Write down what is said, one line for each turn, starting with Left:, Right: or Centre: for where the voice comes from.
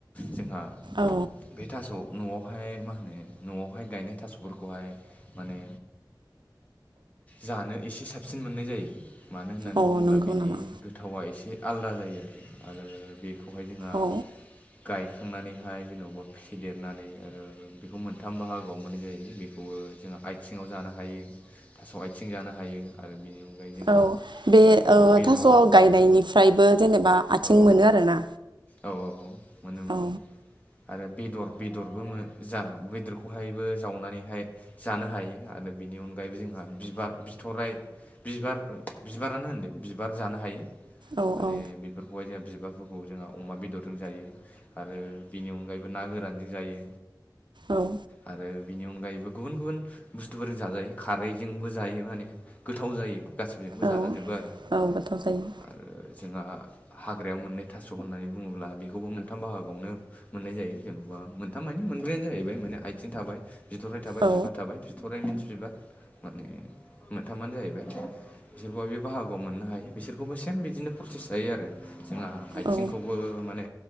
Left: जोंहा <inaudible>
Right: औ
Left: बे थास' न'आवहाय मा होनो न'आवहाय गायनाय थास'फोरखौहाय माने जानो एसे साबसिन मोननाय जायो। मानो होननानै
Right: औ
Left: बुङोब्ला
Right: नंगौ
Left: बेनि
Right: नामा
Left: गोथावा एसे आलादा जायो आरो आरो बे खौहाय जोंहा
Right: औ
Left: गायखांनानै जेनेबा फिदेरनानै आरो बेखौ मोनथाम बाहागोआव मोननाय जायो बेखौबो जों आथिङाव जानो हायो थास आथिं जानो हायो आरो बिनि अन ओमफाय जोंहा
Right: औ बे
Left: माने
Right: ओ
Left: बेदर
Right: थास' गायनायनिफ्रायबो
Left: औ।
Right: जेनेबा आथिं
Left: औ
Right: मोनो आरोना
Left: औ औ मोनो मोनो।
Right: औ
Left: आरो बेदर बेदरबो जा बेदरखौहायबो जावनानैहाय जानो हायो आरो बेनि नि अनगायैबो जोंहा बिबार बिथ'राइ बिबार बिबारानो होनदों बिबार जानो हायो।
Right: औ
Left: माने
Right: औ
Left: बेफोरखौहाय जोंहा बिबारफोरखौ जोंहा अमा बेदरजों जायो। आरो बिनि अनगायैबो ना गोरानजों जायो
Right: औ
Left: आरो बिनि अनगायैबो गुबुन गुबुन बुस्थुफोरजों जाजायो खारैजोंबो जायो माने गोथाव जायो‌। गासिजोंबो
Right: औ
Left: जाजाजोबो आरो
Right: औ गोथाव जायो
Left: आरो जोंहा हाग्रायाव मोननाय थास' होननानै बुङोब्ला बेखौबो मोनथाम बाहागोआवनो मोननाय जायो जेन'बा मोनथाम मानि मोनब्रायानो जाहैबाय माने आइथिं थाबाय बिथ'राइ थाबाय
Right: औ
Left: बिबार थाबाय बिथ'राइ मिन्स बिबार माने मोनथामानो जाहैबाय बिसोरखौ बे बाहागोआव मोननो हायो बिसोरखौबो सेम बिदिनो प्रसेस जायो आरो जोंहा आथिंखौबो
Right: औ
Left: माने